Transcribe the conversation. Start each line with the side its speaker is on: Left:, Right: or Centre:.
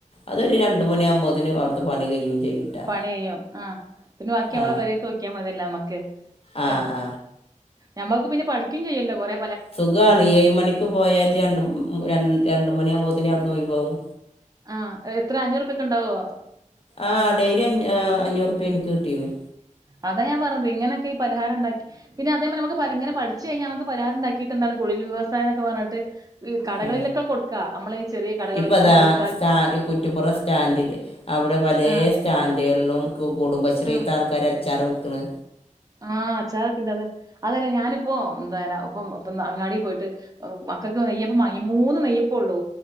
Left: അതൊരു രണ്ട് മണിയാകുമ്പോത്തേന് അവ്ടുത്തെ പണി കഴിയേം ചെയ്യും കേട്ടോ
Right: പണി കയ്യും ആഹ് പിന്നെ ബാക്കി നമ്മളെ
Left: ആ
Right: പേരെലത്തെ നോക്കിയാ മതിയല്ലൊ നമ്മക്ക്
Left: ആ
Right: എ-
Left: ആ
Right: നമ്മുക്ക് പിന്നെ പഠിക്കേം ചെയ്യല്ലോ കൊറേ
Left: സുഖാണ് ഏഴ് മണിക്ക് പോയാല് ര ര രണ്ട് മണിയാകുമ്പോത്തേന് അവിടുന്ന് ഒഴിവാവും
Right: ആഹ് എത്ര അഞ്ഞൂറുപ്യക്കു ണ്ടാവോ
Left: ആഹ് ഡെയിലി അ അഞ്ഞൂറ് റുപ്യാ എനിക്ക് കിട്ടീന്നേ
Right: അതാ ഞാൻ പറഞ്ഞത് ഇങ്ങനൊക്കെ ഈ പലഹാര ണ്ടാക്കി- പിന്നെ അതേപോലെ നമുക്കിങ്ങനെ പഠിച്ച് കഴിഞ്ഞാ നമുക്ക് പലഹാരം ഉണ്ടാക്കീട്ട് എന്താണ് കുടിൽ വ്യവസായ എന്നക്കെ പറഞ്ഞിട്ട് ഈ കടകളിലൊക്കെ
Left: ആ
Right: കൊടുക്കാ നമ്മള് ഈ ചെറിയ കടകളിലൊക്കെ
Left: ഇപ്പം അതാ
Right: കൊടു
Left: സ്റ്റാ കുറ്റിപ്പുറം സ്റ്റാൻഡിൽ അവിടെ പലേ
Right: ആ
Left: സ്റ്റാൻഡുകളിലും കുടുംബശ്രീത്ത
Right: ആ
Left: ആൾക്കാരെ അച്ചാറ് വിക്ക്ണ്
Right: ആഹ് അച്ചാറക്കുണ്ട് അത് അതല്ല ഞാനിപ്പൊ എന്ത ഇപ്പം ഇപ്പ അങ്ങാടി പോയിട്ട്- മക്കക്ക് നെയ്യപ്പം വാങ്ങി മൂന്ന് നെയ്യപ്പോള്ളൂ